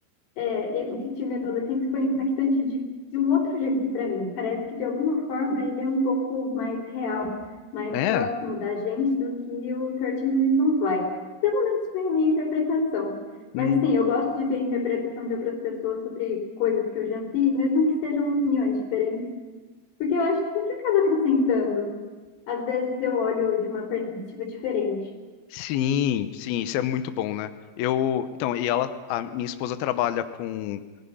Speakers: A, on the left (about 60°); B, on the left (about 80°).
A: é, esse filme adolescente foi impactante de, de um outro jeito para mim. Parece que, de alguma forma, ele é um pouco mais real, mais
B: É?
A: próximo da gente do que o 13 Reasons Why. Pelo menos foi a minha interpretação.
B: Hum.
A: Mas, assim, eu gosto de ver a interpretação de outras pessoas sobre coisas que eu já vi, mesmo que sejam opiniões diferentes, porque eu acho que sempre acaba acrescentando. Às vezes eu olho de uma perspectiva diferente.
B: Sim, sim, isso é muito bom, né? Eu, então, e ela, a minha esposa trabalha com,